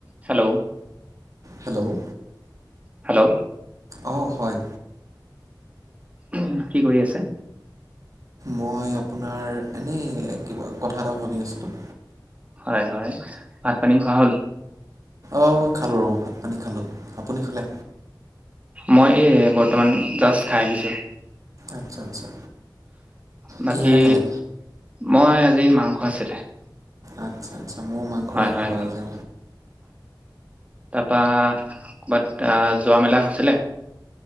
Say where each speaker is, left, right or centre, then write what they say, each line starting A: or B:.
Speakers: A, on the right (about 15°); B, on the right (about 45°).
A: Hello.
B: Hello
A: hello.
B: অহ হয়।
A: উমহ, কি কৰি আছে?
B: মই আপোনাৰ এনেই কিবা কথা এটা ভাবি আছিলোঁ।
A: হয় হয় ভাত পানী খোৱা হ'ল?
B: অ খালো, ভাত পানী খালো, আপুনি খালে
A: মই এই বৰ্তমান জাষ্ট খাই আহিছোঁ।
B: আচ্ছা আচ্ছা।
A: বাকী
B: কিহেৰে খালে
A: মই আজি মাংস আছিলে।
B: আচ্ছা। মও মাংসৰে
A: হয় হয়
B: খালোঁ আজি।
A: তাপা ক'বাত আহ যোৱা মেলা হৈছিলে।